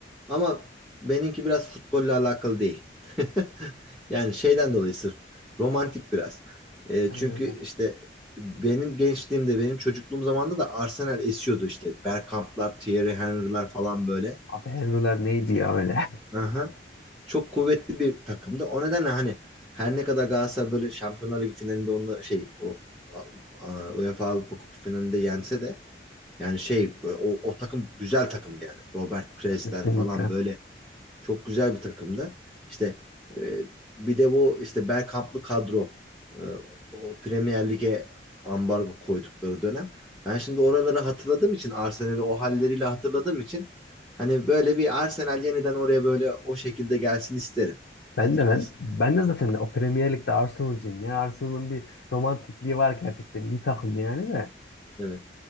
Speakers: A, in the centre; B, on the left.
A: Ama benimki biraz futbolla alakalı değil. <laughs> Yani şeyden dolayı sırf romantik biraz. E,
B: aynen
A: çünkü
B: öyle.
A: işte benim gençliğimde, benim çocukluğum zamanında da Arsenal esiyordu işte. Bergkamp'lar, Thierry Henry'ler falan böyle.
B: Abi Henry'ler neydi
A: Çok
B: ya öyle?
A: Aha. Çok kuvvetli bir takımdı. O nedenle hani her ne kadar Galatasaray böyle Şampiyonlar Ligi finalinde onunla şey o a- a- UEFA Avrupa Kupası finalinde yense de yani şey e, o, o takım güzel takımdı yani. Robert
B: <laughs>
A: Presler
B: Kesinlikle.
A: falan böyle çok güzel bir takımdı. İşte e, bir de bu işte Bergkamp'lı kadro e, o Premier Lig'e ambargo koydukları dönem. Ben şimdi oraları hatırladığım için Arsenal'i o halleriyle hatırladığım için hani böyle bir Arsenal yeniden oraya böyle o şekilde gelsin isterim
B: Ben
A: açıkçası.
B: de ben ben de zaten o Premier Lig'de Arsenal'cıyım ya. Arsenal'ın bir romantikliği var gerçekten. İyi takım yani de.
A: Evet.